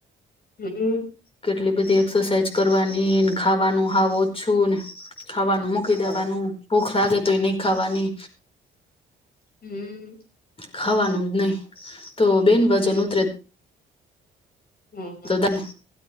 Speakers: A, on the left; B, on the left.
A: હમમ -
B: કેટલી બધી એક્સરસાાઈઝ કરવાનીને ખાવાનું હાવ ઓછું ને. ખાવાનું મૂકી દેવાનું.
A: ઓહો
B: ભૂખ લાગે તોય નહી ખાવાની.
A: હમ-
B: ખાવાનું જ નહી. તો બેન વજન
A: હમ
B: ઉતરે.
A: હમ હમ
B: દન